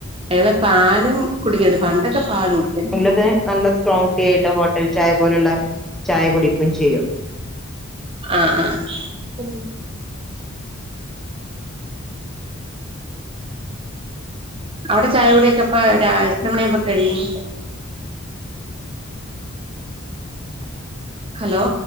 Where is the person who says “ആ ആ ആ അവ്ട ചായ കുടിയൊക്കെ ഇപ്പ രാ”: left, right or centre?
Right